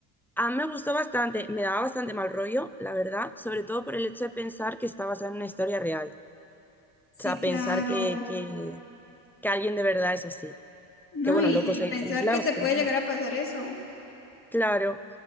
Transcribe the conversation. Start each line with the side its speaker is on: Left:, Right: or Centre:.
Centre: a mí me gustó bastante, me daba bastante mal rollo, la verdad, sobre todo por el hecho de pensar que está basada en una historia real.
Left: Sí,
Centre: O sea,
Left: claro.
Centre: pensar que, que, que alguien de verdad es así.
Left: No,
Centre: Que bueno,
Left: y,
Centre: locos
Left: y
Centre: hay
Left: pensar
Centre: en todos lados,
Left: que te puede
Centre: pero bueno,
Left: llegar a pasar eso.
Centre: claro.